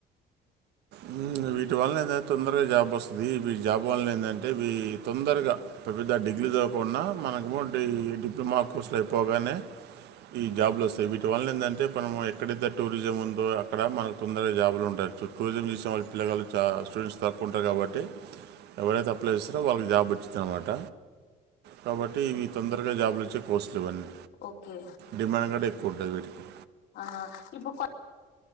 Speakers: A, on the right; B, on the left.
A: ఉమ్, వీటి వల్లన ఏందంటే తొందరగా జాబ్ వస్తాది వి జాబ్ వల్ల ఏంటంటే ఇ తొందరగా పెద్ద పెద్ద డిగ్రీ చ. దవకుండా మనకు ఈ డిప్లొమా కోర్సులు అయిపోగానే. ఈ జాబ్లు వస్తాయి వీటి వల్ల ఏంటంటే మనము ఎక్కడ అయితే. టూరిజం ఉందో అక్కడ మనకు తొందర జాబులు ఉంటాయి టూరిజం చేసిన వాళ్ళ పిల్ల‌. చా స్టూడెంట్స్ తక్కువ ఉంటారు కాబట్టి ఎవరైతే అప్లై చేస్తారో వాళ్ళు. జాబ్ వచ్చుది అనమాట కాబట్టి ఇ తొందరగా జాబ్‌లు వచ్చే. కోర్సులు ఇవన్నీ
B: ఓకే
A: డిమాండ్ కూడా ఎక్కువ ఉంటుంది వీటికి
B: ఆహా ఇప్పు కొ.